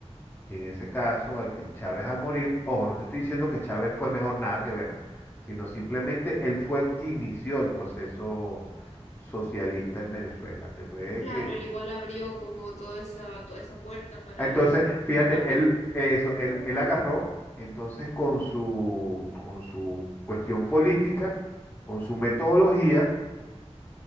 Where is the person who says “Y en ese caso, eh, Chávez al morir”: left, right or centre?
Left